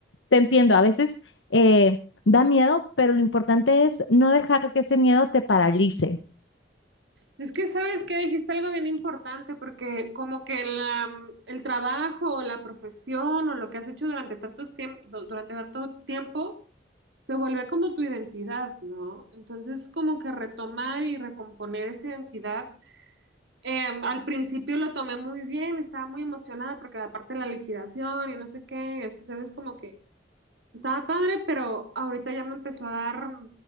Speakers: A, on the left (about 90°); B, on the right (about 75°).
A: Te entiendo, a veces eh, da miedo, pero lo importante es no dejar que ese miedo te paralice.
B: Es que sabes que dijiste algo bien importante, porque como que la, el trabajo o la profesión o lo que has hecho durante tantos tiemp- du- durante tanto tiempo se vuelve como tu identidad, ¿no? Entonces, como que retomar y recomponer esa identidad. Eh, al principio lo tomé muy bien, estaba muy emocionada porque aparte la liquidación y no sé qué, y así sabes como que Estaba padre, pero ahorita ya me empezó a dar